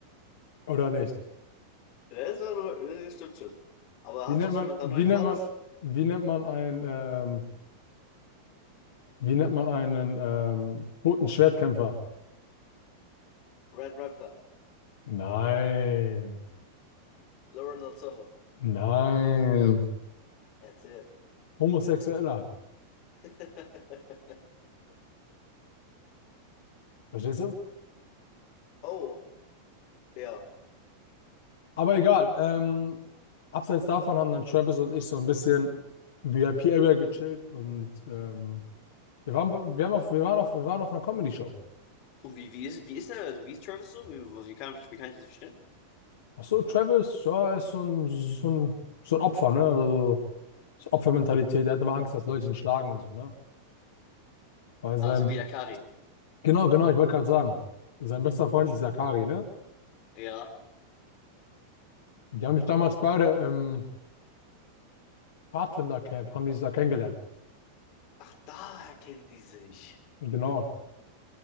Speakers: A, on the left (about 60°); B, on the left (about 45°).
A: Oder nicht?
B: Ja, Das, war, das stimmt schon. Aber
A: Wie
B: hast
A: nennt
B: du auch
A: man,
B: schon mit
A: wie
B: der neuen
A: nennt
B: Farbe?
A: man, wie nennt man einen, ähm, wie nennt man einen ähm, toten Schwertkämpfer?
B: Red Raptor.
A: Nein.
B: Lauren Lazaro.
A: Nein.
B: Erzähl.
A: Homosexueller.
B: <laughs>
A: Verstehst du?
B: Oh, ja.
A: Aber egal. Ähm, abseits davon haben dann Travis und ich so ein bisschen VIP-Area gechillt und ähm, wir waren, bei- wir haben auf, wir waren auf, wir waren auf einer Comedy-Show.
B: Und wie, wie ist, wie ist er, also wie ist Travis so? Wie, wie kann, ich- wie kann ich das verstehen?
A: Ach so, Travis, ja, er ist so ein, so ein, so ein Opfer, ne? Also so Opfermentalität. Er hat immer Angst, dass Leute ihn schlagen und so, ne? Weil sein,
B: Ah, so wie Yakari.
A: genau, genau, ich wollte gerade sagen, sein bester Freund ist Yakari, ne?
B: Ja.
A: Die haben sich damals beide im Pathfinder-Camp, haben die sich da kennengelernt.
B: Ach, daher kennen die sich.
A: Genau.